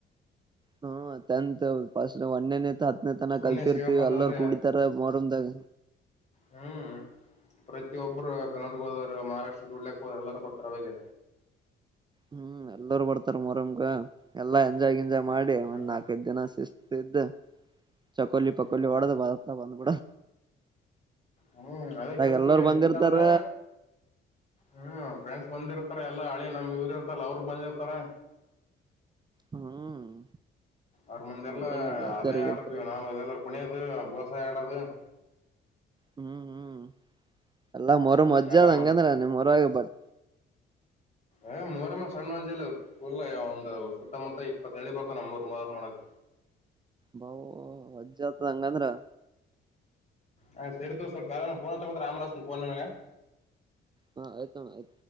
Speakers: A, on the right; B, on the left.
A: ಹ್ಮ ತೆಂತು ಪಸ್ಟ್ ಒನೆನ್ ಹತ್ ತನ
B: ಸುಮ್ನೆ
A: ಕಲ್ತಿರ್ತಿವಿ
B: ಸಿಗಪ್ಪ ಅಂತಂದ್ರ
A: ಎಲ್ಲರೂ ಕುಡಿತಾರ ಮೊರಂದಾಗ
B: ಹ್ಮ್ ಪ್ರತಿಯೊಬ್ಬರ್ ಬೆಂಗಳೂರು ಹೋದರು ಮಾರಾಷ್ಟ್ರ ದುಡ್ಲಕ್ ಹೋದರು ಎಲ್ಲರೂ ಬರ್ತಾರೆ ಅವಾಗೆ
A: ಹ್ಮ್ ಎಲ್ಲರೂ ಬರ್ತಾರ ಮೊರಮ್ ಗ ಎಲ್ಲಾ ಎಂಜಾಯ್ಗ್ ಜಾಯ್ ಮಾಡಿ
B: ಹ್ಮ್
A: ಒಂದ್ ನಾಲ್ಕೈದು ದಿನ ಶಿಸ್ತ್ ಇದ್ದು ಚಕೋಲ್ಲಿ ಪಕೋಲ್ಲಿ
B: ಹ್ಮ್
A: ಒಡದು ಬತ್ತ ಬಂದುಬೂಡೊ
B: ಹ್ಮ್ ಅದೇ ಕೆಲಸ
A: ಎಲ್ಲರು ಬಂದಿರ್ತಾರ
B: ಈಕಂದ್ರೆ ಹ್ಮ್ ಫ್ರೆಂಡ್ಸ್ ಬಂದಿರ್ತಾರ ಎಲ್ಲಾ ಹಳಿ ನಮ್ ಇವ್ರ ಇರ್ತಾರಲ್ಲ ಅವ್ರ ಬಂದಿರ್ತಾರ
A: ಹ್ಮ್
B: ಅರ ಮುಂದೆಲ್ಲ
A: ಹೌದಲ್ಲಿ ಗೆಳತಿಯರ್
B: ಅಲೆ ಆಡ್ತೀವಿ
A: ಗೆಳತಿಯರ್
B: ನಾವು ಅದೆಲ್ಲ ಕುಣಿಯದು ಬೋಸೆ ಆಡೋದೆನ್
A: ಹ್ಮ್ ಹ್ಮ್ ಎಲ್ಲಾ ಮೊರಮ್
B: ಹ್ಮ್
A: ಅಜ್ಜಾ
B: ಎಲ್ಲಾ
A: ಅ ಅಂಗಂತ
B: ಮಸ್ತ್
A: ಮೊರ ಆ ಬಟ್
B: ಏ ಮೂರಮ್ಮ ಸಣ್ಣ ಮಂಜಲೂ ಫುಲ ಒಂದು ಸುತ್ತಮುತ್ತ ಇಪ್ಪತ್ತು ಹಳ್ಳಿ ಬರ್ತವ ನಮ್ಮೂರು ಮೋರಮ್ ನೋಡಕ.
A: ಬಾವ್ ಅಜ್ಜ್ ಆಗ್ತದ ಹಂಗಂದ್ರೆ
B: ಹ ಸರಿ ದೋಸ್ತ ಬೇರವರು ನಾನ್ ಪೋನ್ ತಗೋತ್ತಾರ ಆಮೇಲ್ ಹಚ್ಚತ್ತೀನಿ ಪೋನ್ ನಿನಗ
A: ಹಾ ಆಯ್ತ್ ನೋಡ